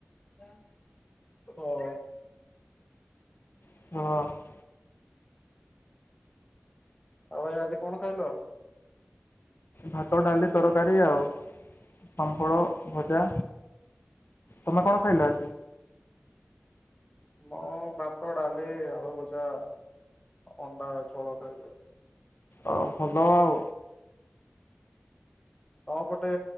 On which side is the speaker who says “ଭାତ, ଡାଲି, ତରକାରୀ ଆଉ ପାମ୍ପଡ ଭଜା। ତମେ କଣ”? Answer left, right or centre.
Left